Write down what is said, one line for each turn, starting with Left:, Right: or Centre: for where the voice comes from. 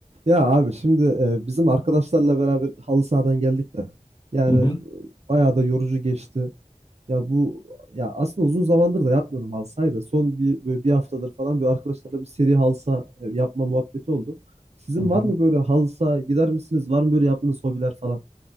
Right: Ya abi şimdi e, bizim arkadaşlarla beraber halı sahadan geldik de yani
Left: Hı hı.
Right: e, bayağı da yorucu geçti. Ya bu ya aslında uzun zamandır da yapmıyordum halı sahayı da son bir böyle bir haftadır falan böyle arkadaşlarla bir seri halı saha e, yapma muhabbeti oldu. Sizin
Left: Hı hı.
Right: var mı böyle halı saha gider misiniz? Var mı böyle yaptığınız hobiler falan?